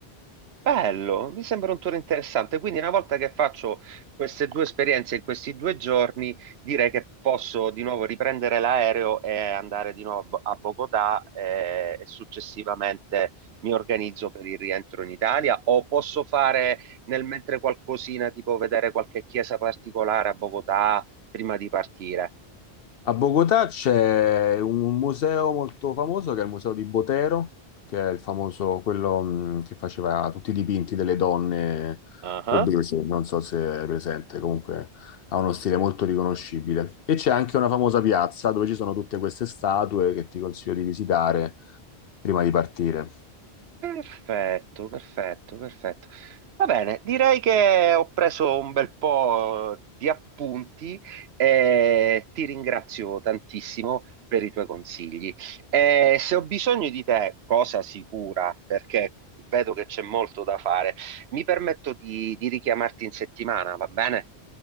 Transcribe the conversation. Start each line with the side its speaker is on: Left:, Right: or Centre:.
Right: Bello, mi sembra un tour interessante. Quindi una volta che faccio queste due esperienze in questi due giorni, direi che posso di nuovo riprendere l'aereo e andare di nuovo a Bo- a Bogotà eh, e, successivamente mi organizzo per il rientro in Italia o posso fare nel mentre qualcosina, tipo vedere qualche chiesa particolare a Bogotà prima di partire.
Left: A Bogotà c'è un museo molto famoso che è il museo di Botero, che è il famoso, quello mh, che faceva tutti i dipinti delle donne
Right: Ah.
Left: obese, non so se è presente, comunque ha uno stile molto riconoscibile. E c'è anche una famosa piazza dove ci sono tutte queste statue che ti consiglio di visitare prima di partire.
Right: Perfetto, perfetto, perfetto. Va bene, direi che ho preso un bel po' di appunti e ti ringrazio tantissimo per i tuoi consigli. E se ho bisogno di te, cosa sicura, perché vedo che c'è molto da fare, mi permetto di, di richiamarti in settimana, va bene?